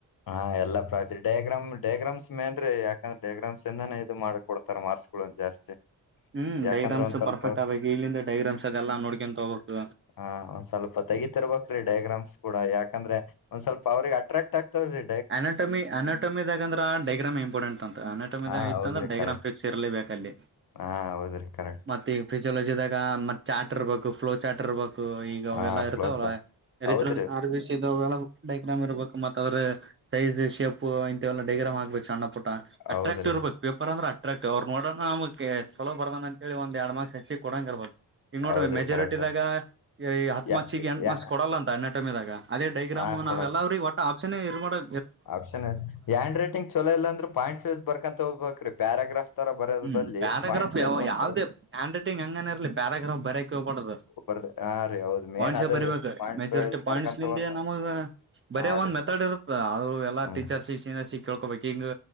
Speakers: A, on the left (about 55°); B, on the right (about 30°).
A: ಹಾ ಎಲ್ಲ ಪ್ರಾತಿ ಡಯಾಗ್ರಾಮ್ ಡಯಾಗ್ರಾಮ್ಸ್ ಮೇನ್ರೀ ಯಾಕಂದ್ರೆ ಡೈಗ್ರಾಮ್ಸ ಇಂದಾನೇ ಇದು ಮಾಡ್ಕೊಡ್ತಾರೆ ಮಾರ್ಸ್ ಗುಳ ಜಾಸ್ತಿ.
B: ಹ್ಮ
A: ಯಾಕಂದ್ರೆ
B: ಡಯಾಗ್ರಾಮ್ಸ
A: ಒಂದ್ ಸ್ವಲ್ಪ
B: ಪರ್ಫೆಕ್ಟ ಆಗ್ಬೇಕು ಇಲ್ಲಿಂದ ಡಯಾಗ್ರಾಮ್ಸ ಅದೆಲ್ಲ ನೋಡ್ಕೊಂತ ಹೋಗಬೇಕು.
A: ಹಾ ಒಂದ್ ಸ್ವಲ್ಪ ತೆಗಿತಿರ್ಬೇಕ್ ಡಯಾಗ್ರಾಮ್ಸ ಕೂಡ ಯಾಕಂದ್ರೆ ಒಂದ್ ಸ್ವಲ್ಪ ಅವ್ರಿಗೆ ಅಟ್ರ್ಯಾಕ್ಟ ಆಗ್ತವ್ರೀ.
B: ಅನೋಟಮಿ ಅನೋಟಮಿದಾಗ ಅಂದ್ರ ಡಯಾಗ್ರಾಮ್ ಇಂಪಾರ್ಟೆಂಟ್ ಅಂತ ಅನೊಟಮಿ
A: ಹಾ
B: ಇತ್ತುಂದ್ರ
A: ಹೌದ್ರಿ
B: ಡಯಾಗ್ರಾಮ್
A: ಕರೆಕ್ಟ್
B: ಫಿಕ್ ಸ್ ಇರ್ಲೇಬೇಕಲ್ಲಿ.
A: ಹಾ ಹೌದ್ರೀ ಕರೆ.
B: ಮತ್ತೆ ಈ ಫಿಸಿಯೋಲಜಿದಾಗ ಮತ್ ಚಾಟ್ರ ಇರ್ಬೇಕು ಫ್ಲೋ ಚಾಟ್ ಇರ್ಬೇಕು ಈ ಇವಾಗ್
A: ಹಾ
B: ಅವೆಲ್ಲಾ
A: ಫ್ಲೋಚ
B: ಇರ್ತಾವಲ್ಲ?
A: ಹೌದ್ರಿ
B: <unintelligible> ಇದು <unintelligible> ಡಯಾಗ್ರಾಮ್ ಇರಬೇಕ್ ಮತ್ ಅದ್ರ ಸೈಜ್ ಶೇಪ್ ಇಂತಥವೆಲ್ಲ ಡಯಾಗ್ರಾಮ್ ಹಾಕ್ಬೇಕು ಸಣ್ಣ ಪು ಟ್ಟ ಅಟ್ರಾಟಿವ್
A: ಹೌದ್ರಿ
B: ಇರ್ಬೇಕು ಪೇಪರ್ ಅಂದ್ರ ಅಟ್ರಾಕ್ಟಿವ್ ಅವರ್ ನೋಡಣ <unintelligible> ಚಲೋ ಬರ್ದಾನ ಅಂತ ಹೇಳಿ ಒಂದ ಎರಡ್ ಮಾರ್ಕ್ ಹೆಚ್ ಕೊಡಂಗ ಇರ್ಬೇಕು ಈ ನೋಡ್ರಿ
A: ಹೌದ್ರಿ
B: ಮೆಜೋರಿಟಿದಾಗ
A: ಕರೆಕ್ಟ್
B: ಈ ಹತ್ತು
A: ಯ
B: ಮಾರ್ಕ್ಸ ಗ ಎಂಟು
A: ಯ
B: ಮಾರ್ಕ್ಸ ಕೊಡಲ್ಲ ಅಂತ <unintelligible> <unintelligible> ಅದೇ ಡಯಾಗ್ರಾಮ್
A: ಹಾ ಕೊಡಲ್
B: ನಾವೆಲ್ಲ ಅವರ್ಗ್ ಒಟ್ಟ ಆಪ್ಷನ್ ನೇ ಇರ್ಬಾರ್ದು
A: ಆಪ್ಷನ್ ಹ್ಯಾಂಡ್ ರೈಟಿಂಗ್ ಚಲೋ ಇಲ್ಲ ಅಂದ್ರೆ ಪಾಯಿಂಟ್ಸ ವೈಸ್ ಬರ್ಕಂತ ಹೋಗ್ಬೇಕ್ರೀ ಪ್ಯಾರಾಗ್ರಾಫ್ ತರ ಬರೋದ್
B: ಹ್ಮ
A: ಬದ್ಲಿ
B: ಪ್ಯಾರಾಗ್ರಾಫ್
A: ಪಾಯಿಂಟ್ಸ್ ವೈಸ್
B: ಯಾವ
A: ಒಂತರ
B: ಯಾವ್ದೇ ಹ್ಯಾಂಡ್ ರೈಟಿಂಗ್ ಹಂಗನ ಇರಲಿ ಪ್ಯಾರಾಗ್ರಫ್ ಬರ್ಯಕೆ ಹೋಗ್ಬಾಡ್ದು.
A: ಬರ್ದ ಹಾ ರೀ ಹೌದ್ ಮೇನ್
B: ಪಾಯಿಂಟ್ಸ
A: ಅದ
B: ಏ ಬರಿಬೇಕ
A: ರೀ ಪಾಯಿಂಟ್ಸ್
B: ಮೆಜಾರಿಟಿ
A: ವೈಸ್
B: ಪಾಯಿಂಟ್ಸ
A: ಬರ್ಕಂತ
B: ನಿಂದ
A: ಹೋತ
B: ನಮಗ ಬರಯೋ
A: ಹಾ
B: ಒಂದ್
A: ರೀ
B: ಮೆತಡ್ ಇರುತ್ <unintelligible> ಅದು ಎಲ್ಲ
A: ಹ್ಮ್
B: ಟೀಚರ್ಸ್ಗ ಸೀನಿಯರ್ಸ್ ಗೆ ಕೇಳ್ಕೋಬೇಕ ಈಗ